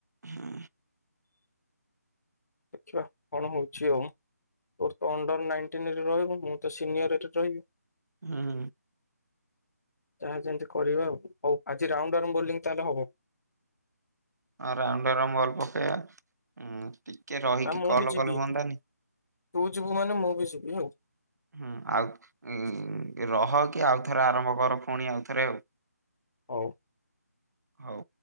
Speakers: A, on the right; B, on the left.
A: ହୁଁ
B: ଦେଖିବା କଣ ହଉଛି ଆଉ, ତୋର ତ ଅଣ୍ଡର ନାଇନଟିନରେ ରହିବୁ ମୁଁ ତ ସିନିୟରରେ ରହିବି।
A: ହୁଁ
B: ଯହା ଯେମିତି କରିବା ହଉ ଆଜି ରାଉଣ୍ଡ ଆଉ ବୋଲିଂ ତାହେଲେ ହବ।
A: ଆ ରାଉଣ୍ଡରା ମୋର ପକୋଇ ଆ ଉଁ ଟିକେ ରହିକି
B: ନା ମୁଁ
A: କଲ
B: ବି ଯିବି
A: କଲେ ହୁଅନ୍ତାନି
B: ତୁ ଯିବୁ ମାନେ ମୁଁ ବି ଯିବି ହେଲା।
A: ହୁଁ ଆଉ ରହ କି ଆଉ ଥରେ ଆରମ୍ଭ କର ପୁଣି ଆଉଥରେ ଆଉ
B: ହଉ
A: ହଉ